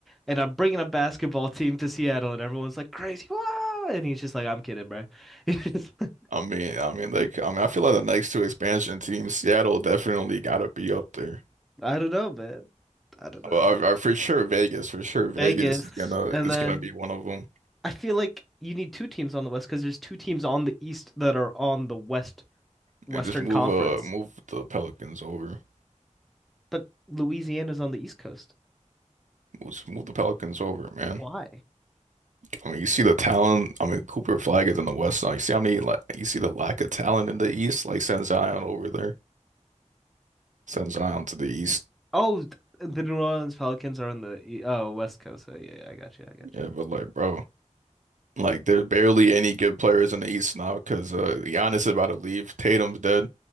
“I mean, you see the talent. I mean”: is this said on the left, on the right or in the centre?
Right